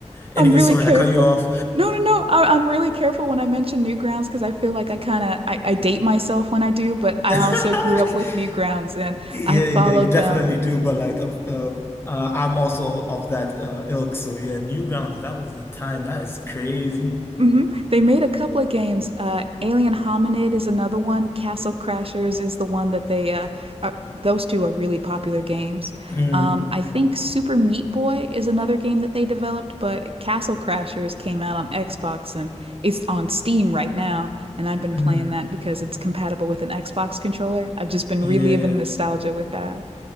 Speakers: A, on the left; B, on the right.
A: Anyway,
B: I'm really
A: sorry,
B: careful.
A: I cut you off.
B: No, no, no. I, I'm really careful when I mention Newgrounds because I feel like I kind of I, I date myself when I do, but I
A: <laughs>
B: also grew up with Newgrounds and
A: Yeah,
B: I followed
A: yeah, you definitely
B: them
A: do. But like, um, uh, uh, I'm also of that uh, ilk. So yeah, Newgrounds, that was a time. That is crazy.
B: hmm They made a couple of games. Uh, Alien Hominid is another one. Castle Crashers is the one that they uh, are, those two are really popular games.
A: Mm,
B: Um, I think Super Meat Boy is another game that they developed, but Castle Crashers came out on Xbox and it's on Steam right now. And I've been
A: mm,
B: playing that because it's compatible with an Xbox controller. I've just been
A: yeah.
B: reliving nostalgia with that.